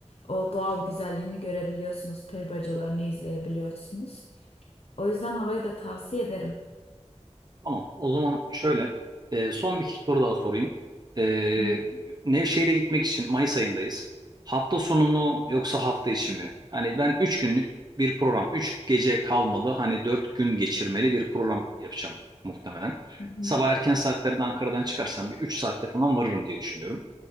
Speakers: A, on the left (about 60°); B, on the right (about 35°).
A: o doğal güzelliğini görebiliyorsunuz peri bacalarını izleyebiliyorsunuz o yüzden orayı da tavsiye ederim.
B: Tamam. O zaman şöyle e, son bir soru daha sorayım. E,
A: Hı hı.
B: Nevşehir'e gitmek için Mayıs ayındayız. Hafta sonu mu yoksa hafta içi mi? Hani ben 3 günlük bir program, 3 gece kalmalı, hani 4 gün geçirmeli bir program yapacağım muhtemelen.
A: Hı hı.
B: Sabah erken saatlerde Ankara'dan çıkarsam bir 3 saatte falan varırım diye düşünüyorum.